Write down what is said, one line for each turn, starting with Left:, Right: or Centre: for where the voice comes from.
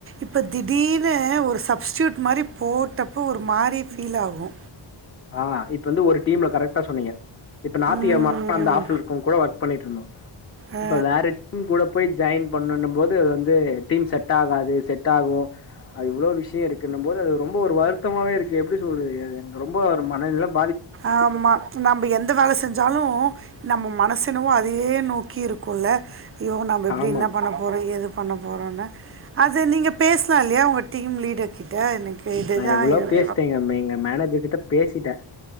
Right: இப்போ திடீனு ஒரு சப்ஸ்டியூட் மாரி போட் டப்போ ஒரு மாரி ஃபீல் ஆகு
Left: ஆ இப்ப வந்து ஒரு டீம்ல கரெக்டா சொன்னீங்க இப்ப ஞாத்திகெழம
Right: ம்.
Left: அந்த ஆஃப் இருக்கோங் கூட ஒர்க் பண்ணிட்ருந்தோ
Right: ஆ.
Left: இப்ப வேற டீம் கூட போய் ஜாயின் பண்ணனும் போது அது வந்து டீம் செட் ஆகாது து செட் ஆகு அது இவ்ளோ விஷயோ இருக்குன்னும் போது அது ரொம்ப ஒரு வருத்தமாவே இருக்கு எப்படி சொல்றது அது எனக்கு ரொம்ப ஒரு மனநிலம்
Right: ஆமா நம்ம எந்த வேல செஞ்சாலும் நம்ம மனசு என்னவோ அதையே நோக்கி இருக்குல்ல ஐயோ நம்ப எப்டி
Left: ஆமா
Right: என்ன பண்ண போறோ ஏது பண்ண போறோன்னு அது நீங்க பேசலா இல்லையா உங்க டீம் லீடர்கிட் ட எனக்கு இதுதான்
Left: நா எவ்ளோ
Right: என்
Left: பேசிட்டேன்ங்க எங்க மேனேஜர் கிட்ட பேசிட்டே